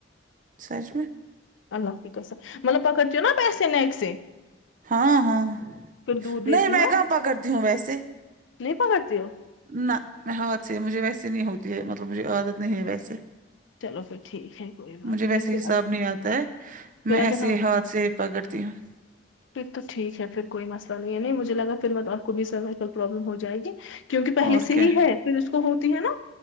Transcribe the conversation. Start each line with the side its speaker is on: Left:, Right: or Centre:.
Right: سچ میں
Left: اللہ کی کسم مطلب پخڑ چیو نا پیسے نیکسے
Right: ہاں ہاں
Left: دودھ دیتی
Right: نہیں میں
Left: ہو
Right: کہاں پکڑتی ہوں ویسے
Left: نہیں پکڑتی ہو
Right: نہ میں ہاتھ سے ہے مجھے ویسے نہیں ہوتی ہے مطلب مجھے عادت نہیں ہے ویسے
Left: چلو پھر ٹھیک ہے کوئی بات
Right: مجھے
Left: نہیں
Right: ویسے
Left: پھر
Right: حساب
Left: اگر
Right: نہیں آتا ہے
Left: پھر
Right: میں
Left: اگر
Right: ایسے
Left: ہاں
Right: ہاتھ سے پکڑتی ہوں
Left: پھر تو ٹھیک ہے پھر کوئی مسئلہ نہیں ہے نہیں مجھے لگا پھر آپ کو بھی سر کل پروابلم ہو جائے گی کیونکہ پہلے
Right: اور
Left: سے
Right: کیا
Left: ہی ہے پھر اسکو ہوتی ہے نا